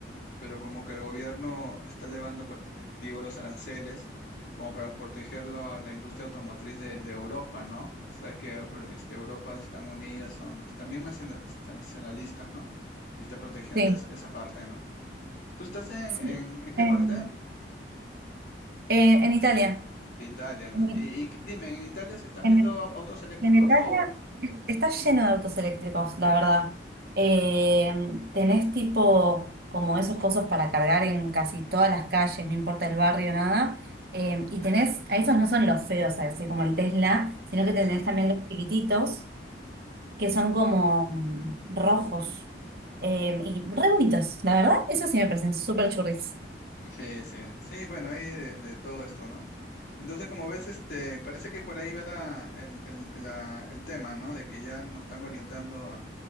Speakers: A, on the left; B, on the right.
A: pero como que el gobierno está elevando, por- di- digo, los aranceles como para proteger la, la industria automotriz de, de Europa, ¿no? Tú sabes que Eu- este, Europa están unidas, son, están bien nacional- este, nacionalistas, ¿no? Y está protegiendo
B: Sí,
A: esa, esa parte, ¿no? ¿Tú estás en,
B: sí.
A: en, en qué
B: En,
A: parte?
B: en, en Italia,
A: Italia, ¿no?
B: en,
A: Y, y dime, ¿en Italia se están
B: en
A: viendo au- autos eléctricos
B: Venetania
A: o...?
B: está lleno de autos eléctricos, la verdad. Eh, tenés tipo como esos cosos para cargar en casi todas las calles, no importa el barrio, nada. Eh, y tenés, a esos no son los feos, así como el Tesla, sino que tenés
A: Ya,
B: también los chiquititos, que son como mm, rojos eh, y re bonitos. La verdad, eso sí me parecen súper churris.
A: Sí, sí, sí, bueno, hay de, de todo esto, ¿no? Entonces, como ves, este, parece que por ahí va la, el, el- la- el tema, ¿no? De que ya nos están orientando